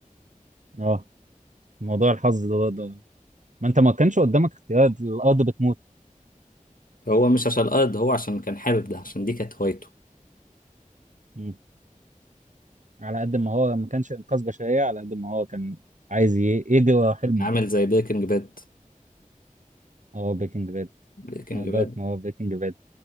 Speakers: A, on the right; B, on the left.
A: أه موضوع الحظ ده برضه ما انت ما كانش قدامك اختيار الارض بتموت
B: فهو مش عشان الأرض هو عشان كان حابب ده عشان دي كانت هوايته
A: مم. على قد ما هو ما كانش انقاذ بشريه على قد ما هو كان عايز ي- يجري ورا حلمه
B: عامل زي بريكنج باد
A: اه بريكنج باد
B: بريكنج
A: دارك
B: باد
A: ما هو بريكنج باد